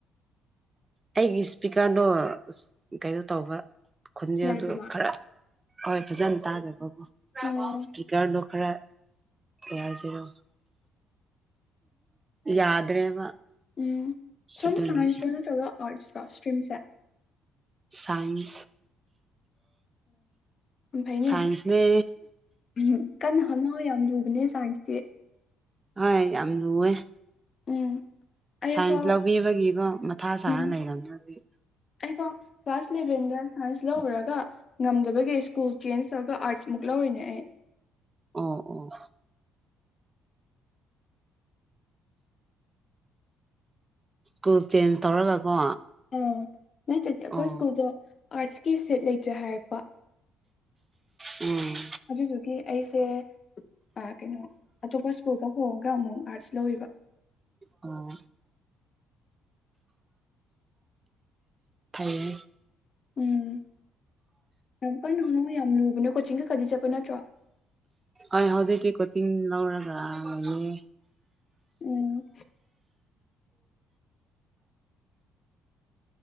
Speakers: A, on the right; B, on the left.
A: ꯑꯩꯒꯤ ꯏꯁꯄꯤꯀꯔꯗꯣ ꯏꯁ ꯀꯩꯅꯣ ꯇꯧꯕ ꯈꯣꯟꯖꯦꯜꯗꯨ
B: ꯌꯥꯗꯕ
A: ꯈꯔ ꯍꯣꯏ ꯐꯖꯅ ꯇꯥꯗꯕꯀꯣ
B: ꯎꯝ
A: ꯀꯌꯥꯔ ꯗꯣ ꯈꯔꯥ ꯀꯍꯥꯏꯁꯤꯔꯥ ꯌꯥꯗ꯭ꯔꯦꯕ
B: ꯎꯝ ꯁꯨꯝ
A: ꯑꯗꯨꯒꯤ
B: ꯁꯥꯏꯟꯁꯔꯣ ꯅꯠꯇ꯭ꯔꯒ ꯑꯥꯔꯠꯁꯔꯣ ꯁ꯭ꯇ꯭ꯔꯤꯝꯁꯦ
A: ꯁꯥꯏꯟꯁ
B: ꯎꯝ ꯐꯩꯅꯦ
A: ꯁꯥꯏꯟꯁꯅꯦ
B: ꯎꯝ ꯀꯟꯅ ꯍꯣꯠꯅꯧ ꯌꯥꯝ ꯂꯨꯕꯅꯦ ꯁꯥꯏꯟꯁꯇꯤ
A: ꯍꯣꯏ ꯌꯥꯝ ꯂꯨꯋꯦ
B: ꯎꯝ ꯑꯩꯐꯥꯎ
A: ꯁꯥꯏꯟꯁ ꯂꯧꯕꯤꯕꯒꯤꯀꯣ ꯃꯊꯥ ꯁꯥꯔ
B: ꯎꯝ
A: ꯂꯩꯔꯕꯝꯅꯦ ꯍꯧꯖꯤꯛ
B: ꯑꯩꯐꯥꯎ ꯀ꯭ꯂꯥꯁ ꯏꯂꯦꯚꯦꯟꯗ ꯁꯥꯏꯟꯁ ꯂꯧꯔꯨꯔꯒ ꯉꯝꯗꯕꯒꯤ ꯁ꯭ꯀꯨꯜ ꯆꯦꯟꯖ ꯇꯧꯔꯒ ꯑꯥꯔꯠꯁ ꯃꯨꯛ ꯂꯧꯔꯤꯅꯦ ꯑꯩ
A: ꯑꯣ ꯑꯣ ꯁ꯭ꯀꯨꯜ ꯆꯦꯟꯖ ꯇꯧꯔꯒꯀꯣ
B: ꯎꯝ ꯅꯠꯇ꯭ꯔꯗꯤ ꯑꯩꯈꯣꯏ
A: ꯑꯣ
B: ꯁ꯭ꯀꯨꯜꯗꯣ ꯑꯥꯔꯠꯁꯀꯤ ꯁꯦꯠ ꯂꯩꯇ꯭ꯔꯦ ꯍꯥꯏꯔꯛꯄ
A: ꯎꯝ
B: ꯑꯗꯨꯗꯨꯒꯤ ꯑꯩꯁꯦ ꯑꯥ ꯀꯩꯅꯣ ꯑꯇꯣꯞꯄ ꯁ꯭ꯀꯨꯜꯗ ꯍꯣꯡꯉꯒ ꯑꯃꯨꯛ ꯑꯥꯔꯠꯁ ꯂꯧꯋꯦꯕ
A: ꯑꯣ ꯐꯩꯌꯦ
B: ꯎꯝ ꯌꯥꯝ ꯀꯟꯅ ꯍꯣꯠꯅꯧ ꯌꯥꯝ ꯂꯨꯕꯅꯦ ꯀꯣꯆꯤꯡꯒ ꯈꯗꯤ ꯆꯠꯄ ꯅꯠꯇ꯭ꯔꯣ
A: ꯑꯣꯏ ꯍꯧꯖꯤꯛꯗꯤ ꯀꯣꯆꯤꯡ ꯂꯧꯔꯒ ꯂꯩꯌꯦ
B: ꯎꯝ